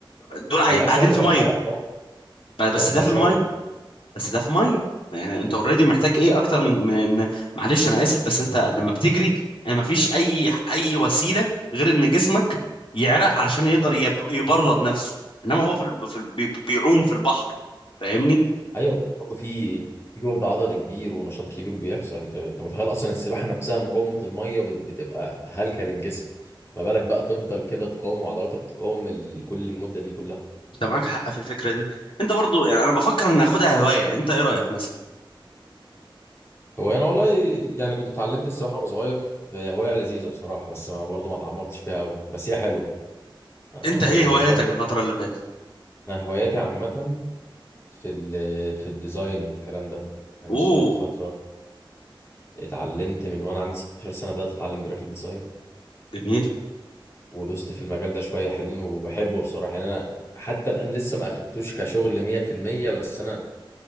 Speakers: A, on the left; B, on the left.
A: دول عاي-
B: ملهاش
A: قاعدين
B: علاقه
A: في
B: بالعرق
A: ميه
B: برضه
A: ب-
B: برضه
A: بس ده
B: ملهاش
A: في الميه
B: علاقه
A: بس ده في ميه يعني انت اوريدي محتاج ايه اكتر من من معلش انا اسف بس انت لما بتجري ما فيش اي اي وسيله غير ان جسمك يعرق علشان يقدر يب... يبرد نفسه انما هو في, ال... في ال... بي- بيعوم في البحر فاهمني
B: ايوه بس برضه في في جهد عضلي كبير ونشاط كبير بيحصل انت انت متخيل اصلا السباحه نفسها مقاومه الميه بت- بتبقى هلكه للجسم ما بالك بقى تفضل كده تقاوم عضلاتك تقاوم ال- كل المده دي كلها
A: انت معاك حق في الفكره دي انت برضو يعني انا بفكر ان اخدها هوايه انت ايه رايك مثلا
B: هو انا والله يعني كنت اتعلمت السباحه وانا صغير هي هوايه لذيذه بصراحه بس ما برضه ما اتعمقتش فيها قوي بس هي حلوه انا
A: انت ايه
B: بالنسبه
A: هواياتك
B: لي
A: الفتره اللي فاتت
B: انا هواياتي عامه في ال في الديزاين والكلام ده يعني انا
A: اوه
B: اشتغلت فتره اتعلمت من وانا عندي 16 سنه بدات اتعلم جرافيك ديزاين
A: جميل
B: ودوست في المجال ده شوية حلوين وبحبه بصراحة يعني أنا حتى الآن لسه ما أخدتوش كشغل 100% بس أنا